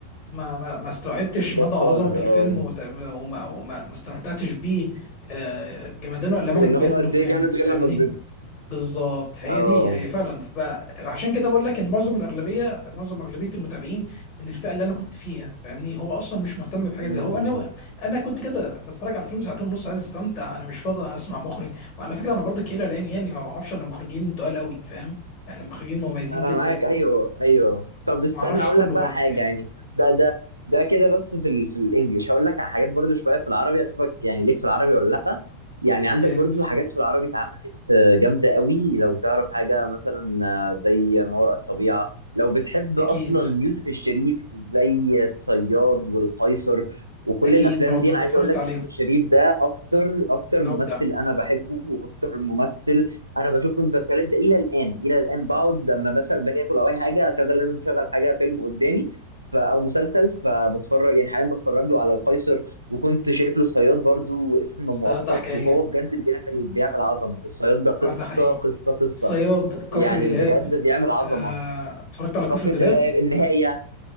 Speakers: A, on the left (about 30°); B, on the right (about 80°).
A: ما ما ما استوعبتش مدى
B: جاد
A: عظمة
B: فاذر
A: الفيلم
B: اه
A: وت- وما وما ما استمتعتش بيه آه، بجمدانه الا لما
B: وان
A: انا كبرت
B: هو قد
A: وفهمت
B: ايه جامد
A: فاهمني
B: غير لما كبرت
A: بالظبط هي
B: اه
A: دي هي فعلا بقى عشان كده بقول لك ان معظم الاغلبيه معظم اغلبيه المتابعين من الفئه اللي انا كنت فيها فاهمني هو اصلا مش مهتم بحاجه
B: امم
A: زي هو انا انا كنت كده بتفرج على فيلم ساعتين ونص عايز استمتع انا مش فاضي اسمع مخرج وعلى فكره انا برضو كيلا لان يعني ما بعرفش الا مخرجين تقال قوي فاهم يعني مخرجين مميزين
B: انا
A: جدا
B: معاك ايوه ايوه طب استنى
A: ما اعرفش
B: اقول
A: كله
B: لك بقى
A: برضو
B: حاجه
A: كان
B: يعني ده ده ده كده بس في ال في الانجليش هقول لك على حاجات برضو شويه في العربي اشوفك يعني ليك في العربي ولا لا يعني عندك
A: جامد
B: برضو حاجات في العربي اتعملت آه، جامده قوي لو تعرف حاجه مثلا آه، زي ما وراء الطبيعه لو بتحب اصلا
A: اكيد
B: يوسف الشريف زي الصياد والقيصر وكل
A: اكيد
B: الافلام
A: برضو
B: دي انا
A: اتفرجت
B: عايز اقول لك
A: عليهم
B: يوسف الشريف ده اكتر اكتر
A: نبدع
B: ممثل انا بحبه واكتر ممثل انا بشوف المسلسلات ده الى الان الى الان بقعد لما مثلا باجي اكل او اي حاجه اشغل لازم اشغل حاجه فيلم قدامي ف او مسلسل فبتفرج يعني حاليا بتفرج له على القيصر وكنت شايف له الصياد برضو واسم مؤقت
A: الصياد ده حكايه
B: وهو بجد بيعمل بيعمل عظمه الصياد ده قصه
A: اه ده حقيقي
B: قصه قصه
A: الصياد كفر
B: يعني
A: دلهاب
B: بجد بيعمل عظمه
A: آه، اتفرجت على كفر
B: كفر
A: دلهاب
B: دلهاب النهايه